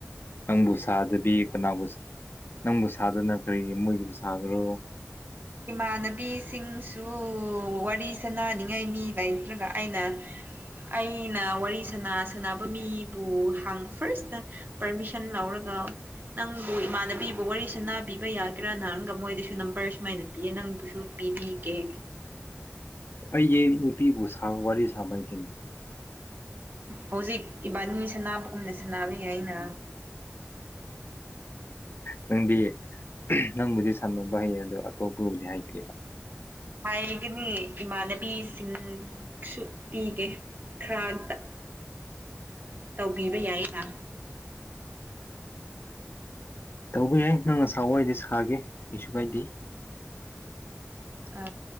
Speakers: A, on the left (about 55°); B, on the right (about 45°).
A: ꯅꯪꯕꯨ ꯁꯥꯗꯕꯤ ꯀꯅꯥꯕꯨ ꯅꯪꯕꯨ ꯁꯥꯗꯅ ꯀꯔꯤ ꯃꯣꯏꯒꯤꯕꯨ ꯁꯥꯈꯔꯣ
B: ꯏꯃꯥꯟꯅꯕꯤꯁꯤꯡꯁꯨ ꯋꯥꯔꯤ ꯁꯅꯅꯤꯡꯉꯥꯏ ꯃꯤ ꯂꯩ ꯅꯠꯇ꯭ꯔꯒ ꯑꯩꯅ ꯑꯩꯅ ꯋꯥꯔꯤ ꯁ ꯁꯅꯕ ꯃꯤꯕꯨ ꯍ ꯐꯥꯔꯁꯇ ꯄꯔꯃꯤꯁꯟ ꯂꯧꯔꯒ ꯅꯪꯕꯨ ꯏꯃꯥꯟꯅꯕꯤꯕꯨ ꯋꯥꯔꯤꯁꯦ ꯅꯥꯕꯤꯕ ꯌꯥꯒꯦꯔꯥꯅꯅꯥꯔꯪꯒ ꯃꯣꯏꯗꯁꯨ ꯅꯝꯕꯔ ꯁꯨꯃꯥꯏꯅ ꯄ ꯅꯪꯕꯨꯁꯨ ꯄꯤꯕꯤꯒꯦ
A: ꯑꯩꯒꯤ ꯅꯨꯄꯤꯕꯨ ꯋꯥꯔꯤ ꯁꯥꯃꯥꯏ ꯇꯅꯤ
B: ꯍꯧꯖꯤꯛ ꯏꯕꯥꯅꯤ ꯁꯅꯕꯒꯨꯝꯅ ꯁꯅꯥꯕꯤ ꯑꯩꯅ
A: ꯅꯗꯤ ꯅꯪꯕꯨꯗꯤ ꯁꯥꯟꯣꯅꯕ ꯍꯩ ꯑꯗꯣ ꯑꯇꯣꯞꯄꯕꯨꯗꯤ ꯍꯩꯇꯦꯕ
B: ꯍꯥꯏꯒꯅꯤ ꯏꯃꯥꯟꯅꯕꯤꯁꯤꯡꯁꯨ ꯄꯤꯒꯦ ꯈꯔ ꯑꯝꯇ ꯇꯧꯕꯤꯕ ꯌꯥꯏ ꯀꯥ
A: ꯇꯧꯕ ꯌꯥꯏ ꯅꯪ ꯑꯁꯥ ꯋꯥꯏꯗꯤ ꯁꯥꯒꯦ ꯀꯩꯁꯨ ꯀꯥꯏꯗꯦ
B: ꯑ